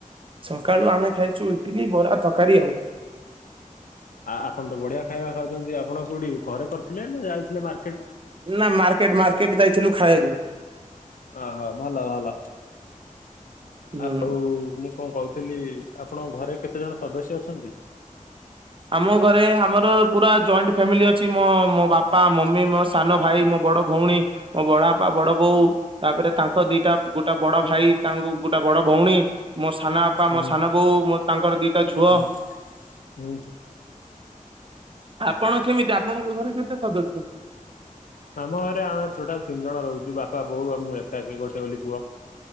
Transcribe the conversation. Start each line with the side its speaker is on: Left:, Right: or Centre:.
Right: ସକାଳୁ ଆମେ ଖାଇଛୁ ଇଟିଲି ବରା ତରକାରୀ ଆଉ
Left: ଆ ଆପଣ ତ ବଢିଆ ଖାଇବା ଖାଉଛନ୍ତି ଆପଣ କୋଉଠି ଘରେ କରିଥିଲେ ନା ଯାଇଥିଲେ ମା
Right: ନା ମାର୍କେଟ ମାର୍କେଟ ଯାଇଥିଲୁ ଖାଇବାକୁ।
Left: ଓ ହୋ ଭଲ ଭଲ
Right: ହୁଁ।
Left: ଆଉ ମୁଁ କଣ କହୁଥିଲି ଆପଣଙ୍କ ଘରେ କେତେ ଜଣ ସଦସ୍ୟ ଅଛନ୍ତି?
Right: ଆମ ଘରେ ଆମର ପୁରା ଜଏଣ୍ଟ ଫ୍ୟାମିଲି ଅଛି ମୋ ମୋ ବାପା ମମି ମୋ ସାନ ଭାଇ ମୋ ବଡ ଭଉଣୀ ମୋ ବଡ ବାପା ବଡ ବୋଉ ତାପରେ ତାଙ୍କ ଦିଟା ଗୋଟେ ବଡ ଭାଇ ତାଙ୍କୁ ଗୋଟା ବଡ ଭଉଣୀ ମୋ ସାନ ବାପା
Left: ହୁଁ
Right: ମୋ ସାନ ବୋଉ ମୋ ତାଙ୍କର ଦିଟା ଝୁଅ
Left: ହୁଁ। ହୁଁ
Right: ଆପଣ କେମିତି ଆପଣଙ୍କ ଘରେ କେତେ ସଦସ୍ୟ?
Left: ଆମ ଘରେ ଆମେ ଟୋଟାଲ ତିନି ଜଣ ରହୁଛୁ ବାପା ବୋଉ ଆ ମୁଁ ଏକା ଏକି ଗୋଟେ ବୋଲି ପୁଅ